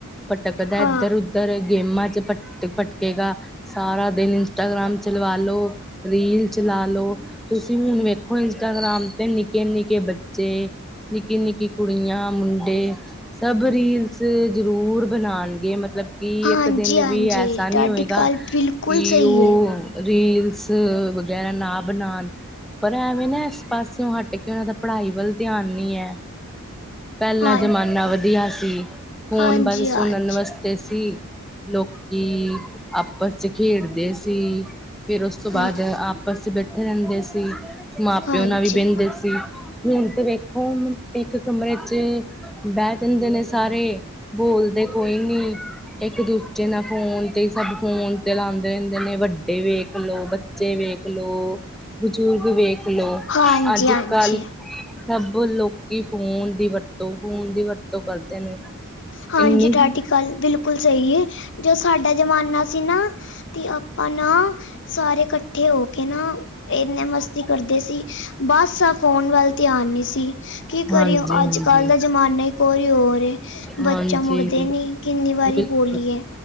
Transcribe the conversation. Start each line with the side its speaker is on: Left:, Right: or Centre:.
Centre: ਪਟਕਦਾ
Left: ਹਾਂ
Centre: ਇਧਰ ਉਧਰ ਗੇਮਾਂ 'ਚ ਭਟਕਦਾ ਭਟਕੇਗਾ ਸਾਰਾ ਦਿਨ ਇੰਸਟਾਗ੍ਰਾਮ ਚਲਵਾ ਲੋ, ਰੀਲ ਚਲਾ ਲੋ ਤੁਸੀ ਹੁਣ ਵੇਖੋ, ਇੰਸਟਾਗ੍ਰਾਮ ਤੇ ਨਿਕੇ-ਨਿਕੇ ਬੱਚੇ ਨਿੱਕੀ-ਨਿੱਕੀ ਕੁੜੀਆਂ, ਮੁੰਡੇ, ਸਭ ਰੀਲਸ ਜਰੂਰ ਬਣਾਂਣਗੇ। ਮਤਲਬ ਕਿ
Left: ਹਾਂਜੀ
Centre: ਇੱਕ ਦਿਨ
Left: ਹਾਂਜੀ
Centre: ਵੀ ਐਸਾ ਨੀ
Left: ਤੁਹਾਡੀ
Centre: ਹੋਏਗਾ
Left: ਗੱਲ ਬਿਲਕੁਲ
Centre: ਕੀ
Left: ਸਹੀ
Centre: ਓ,
Left: ਹੈ
Centre: ਰੀਲਸ ਵਗੈਰਾ ਨਾ ਬਨਾਂਨ। ਪਰ ਐਵੇ ਨਾ, ਇਸ ਪਾਸਿਓਂ ਹਟ ਕੇ, ਉਹਨਾ ਦਾ ਪੜ੍ਹਾਈ ਵੱਲ ਧਿਆਨ ਨੀ ਐ। ਪਹਿਲਾਂ
Left: ਹਾਂ
Centre: ਜਮਾਨਾ ਵਧੀਆ ਸੀ। ਹੁਣ
Left: ਹਾਂਜੀ
Centre: ਬਸ
Left: ਹਾਂਜੀ
Centre: ਸੁਣਨ ਵਸ ਤੇ ਸੀ। ਲੋਕੀ ਆਪਸ 'ਚ ਖੇਡਦੇ ਸੀ ਫਿਰ ਉਸ ਤੋ ਬਾਅਦ
Left: ਹਾਂ
Centre: ਆਪਸ 'ਚ ਬੈਠੇ ਰਹਿੰਦੇ ਸੀ। ਮਾਂ-ਪਿਓ
Left: ਹਾਂਜੀ
Centre: ਨਾਲ ਵੀ ਬਹਿੰਦੇ ਸੀ। ਹੁਣ ਤੇ ਵੇਖ, ਇਕ ਕਮਰੇ 'ਚ ਬਹਿ ਜਾਂਦੇ ਨੇ ਸਾਰੇ। ਬੋਲ ਦੇ ਕੋਈ ਨੀ। ਇਕ ਦੂਜੇ ਨਾ ਫ਼ੋਨ ਤੇ ਈ, ਸਭ ਫ਼ੋਨ ਚਲਾਂਦੇ ਰਹਿੰਦੇ ਨੇ। ਵੱ ਵਡੇ ਵੇਖ ਲੋ, ਬੱਚੇ ਵੇਖ ਲੋ, ਬਜ਼ੁਰਗ ਵੇਖ ਲੋ।
Left: ਹਾਂਜੀ
Centre: ਅੱਜ-ਕੱਲ੍ਹ
Left: ਹਾਂਜੀ
Centre: ਸਭ ਲੋਕੀ ਫ਼ੋਨ ਦੀ ਵਰਤੋ, ਫ਼ੋਨ ਦੀ ਵਰਤੋ ਕਰਦੇ ਨੇ।
Left: ਹਾਂਜੀ,
Centre: ਇੰਨੀ
Left: ਤੁਹਾਡੀ ਗੱਲ ਬਿਲਕੁਲ ਸਹੀ ਏ। ਜੋ ਸਾਡਾ ਜਮਾਨਾ ਸੀ ਨਾ ਤੇ ਆਪਾ ਨਾ, ਸਾਰੇ ਕੱਠੇ ਹੋ ਕੇ ਨਾ। ਏਨੇ ਮਸਤੀ ਕਰਦੇ ਸੀ ਬਸ, ਆ ਫ਼ੋਨ ਵੱਲ ਧਿਆਨ ਨੀ ਸੀ। ਕੀ ਕਰੀਏ,
Centre: ਹਾਂਜੀ ਹਾਂਜੀ
Left: ਅੱਜ-ਕੱਲ੍ਹ ਦਾ ਜਮਾਨਾ ਈ ਕੋਈ ਹੋਰ ਏ।
Centre: ਹਾਂਜੀ
Left: ਬੱਚਾ ਮੁੜਦੇ ਨੀ। ਕਿਨੀ ਵਾਰੀ
Centre: ਬਿਲਕੁਲ
Left: ਬੋਲੀਏ।